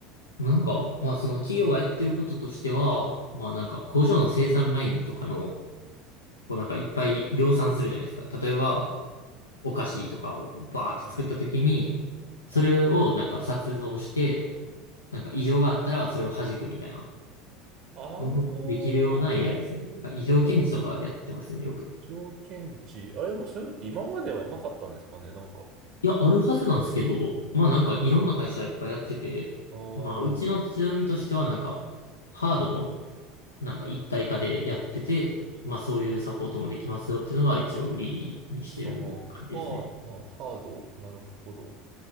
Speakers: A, on the left (about 80°); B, on the right (about 50°).
A: なんか、まあ、その企業がやってることとしては、まあ、なんか、工場の生産ラインとかの、こう、なんか、いっぱい量産するじゃないですか。例えば、お菓子とかをバーって作ったときに、
B: は。
A: それをなんか、
B: はい
A: 撮像して、なんか異常があったらそれを弾くみたいな
B: ああ、
A: のもできるような
B: なるほど。
A: AI ですね。なんか異常検知とかやってますね、よく。
B: 条件値。あれ、でもそういうのって今まではなかったんですかね、なんか。
A: いや、あるはずなんですけど、まあなんかいろんな会社いっぱいやってて、
B: あー
A: まあうちの強みとしてはなんかハードもなんか一体化でやってて、まあそういうサポートもできますよっていうのが一応売りにしてる感じですね。
B: あー、ハー、なハード、なるほど。